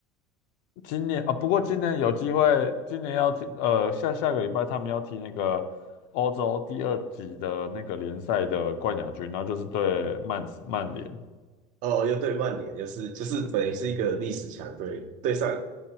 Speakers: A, on the left; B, on the right.
A: 今年啊，不过今年有机会，今年要踢呃下下个礼拜他们要踢那个欧洲第二级的那个联赛的冠亚军，然后就是对曼斯曼联，
B: 哦，又对曼联，就是就是等于是一个历史强队，
A: 对，
B: 对上，